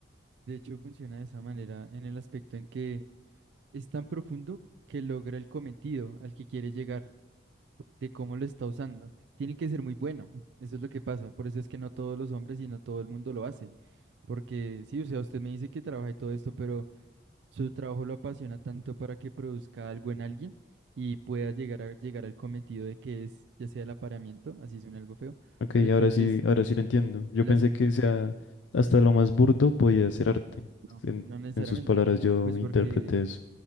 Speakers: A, on the right (about 75°); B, on the left (about 85°).
A: de hecho funciona de esa manera en el aspecto en que es tan profundo que logra el cometido al que quiere llegar, de cómo lo está usando. Tiene que ser muy bueno, eso es lo que pasa, por eso es que no todos los hombres y no todo el mundo lo hace. Porque sí, o sea, usted me dice que trabaja y todo esto, pero Su trabajo lo apasiona tanto para que produzca algo en alguien y pueda llegar a llegar al cometido de que es, ya sea el apareamiento, así suena algo feo,
B: Ok,
A: pero entonces
B: ahora sí, ahora sí lo entiendo. Yo
A: las
B: pensé que sea hasta lo más burdo podía ser arte.
A: no,
B: En,
A: no necesariamente,
B: en sus palabras yo
A: pues
B: interpreté
A: porque
B: eso.